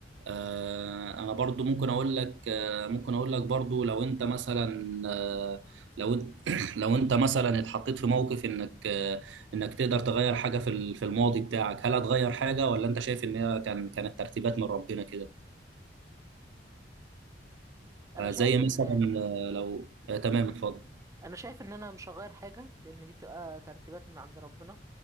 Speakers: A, on the right (about 85°); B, on the right (about 15°).
A: آه، انا برضو ممكن اقول لك آه، ممكن اقول لك برضو لو انت مثلا آه، لو انت <clears throat> لو انت مثلا اتحطيت في موقف انك آه، انك تقدر تغير حاجه في ال- في الماضي بتاعك هل هتغير حاجه ولا انت شايف ان هي كان كانت ترتيبات من ربنا كده
B: انا
A: آه،
B: شايف
A: زي مثلا
B: ان
A: آه، لو آه، تمام اتفضل
B: انا شايف ان انا مش هغير حاجه لان دي بتبقى ترتيبات من عند ربنا